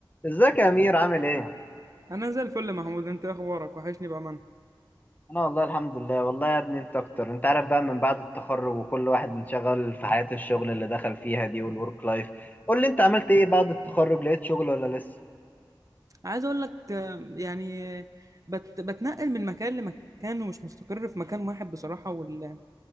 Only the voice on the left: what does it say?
ازيك يا امير عامل ايه
انا والله الحمد لله والله يا ابني انت اكتر انت عارف بقى من بعد التخرج وكل واحد منشغل في حياة الشغل اللي دخل فيها دي والورك لايف قول لي انت عملت ايه بعد التخرج لقيت شغل ولا لسه